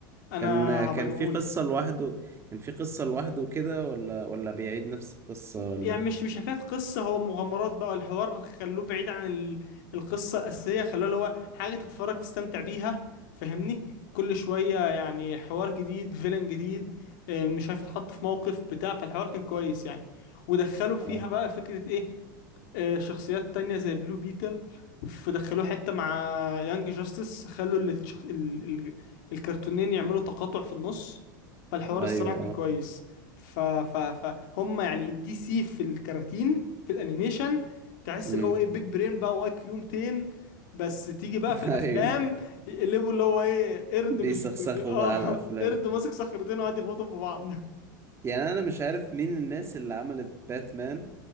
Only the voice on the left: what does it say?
أنا
هبجيبهولك
يعني مش مش حكاية قصة هو مغامرات بقى والحوار خلوه بعيد عن ال... القصة الأساسية خلوه اللي هو حاجة تتفرج تستمتع بيها فاهمني كل شوية يعني حوار جديد فيلن جديد آه، مش عارف يتحط في موقف بتاع فالحوار كان كويس يعني ودخلوا فيها
بقى فكرة ايه آه، شخصيات تانية زي بلو بيتل فدخلوه حتة مع يانج جاستس خلوا ال... ال... ال... الكرتونين يعملوا تقاطع في النص فالحوار
الصراحة كان كويس
ف ف فهم يعني دي سي في الكراتين في الانيميشن تحس
اللي هو ايه بيج برين بقى واي كيو 200 بس تيجي بقى
في الافلام
يقلبوا اللي هو ايه قرد
مش بي بي اه
<laughs> قرد ماسك صخرتين وقاعد يخبطهم في بعض